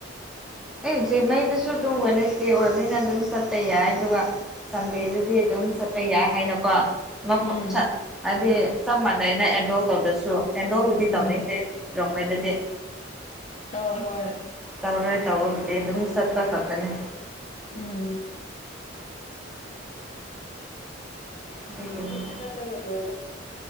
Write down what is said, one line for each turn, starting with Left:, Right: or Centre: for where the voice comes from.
Centre: ꯑꯦ ꯖꯦꯝꯃꯩꯗꯨꯁꯨ ꯑꯗꯨꯝ ꯋꯦꯅꯦꯁꯗꯦ ꯑꯣꯏꯕꯅꯤꯅ ꯑꯗꯨꯝ ꯆꯠꯄ ꯌꯥꯏ ꯑꯗꯨꯒ ꯁꯟꯗꯦꯗꯗꯤ ꯑꯗꯨꯝ ꯆꯠꯄ ꯌꯥꯏ ꯍꯥꯏꯅꯀꯣ ꯃꯐꯝ
Left: ꯎꯝ
Centre: ꯆꯞ ꯍꯥꯏꯗꯤ ꯆꯞ ꯃꯥꯟꯅꯩꯩꯅ ꯑꯦꯟꯔꯣꯜ ꯇꯧꯗ꯭ꯔꯁꯨ ꯑꯦꯟꯔꯣꯜꯕꯨꯗꯤ
Left: ꯎꯝ
Centre: ꯇꯧꯅꯤꯡꯗꯦ ꯔꯣꯡꯃꯩꯗꯗꯤ
Left: ꯑꯧ ꯍꯣꯏ
Centre: ꯇꯧꯔꯣꯏ ꯇꯧꯕꯕꯨꯗꯤ ꯑꯗꯨꯝ ꯆꯠꯄ ꯈꯛꯇꯅꯤ
Left: ꯎꯝ
Centre: ꯑꯗꯨꯒꯤꯅꯤꯗ
Left: ꯑꯗꯨ ꯆꯠꯂꯒ ꯂꯣꯢꯔꯦ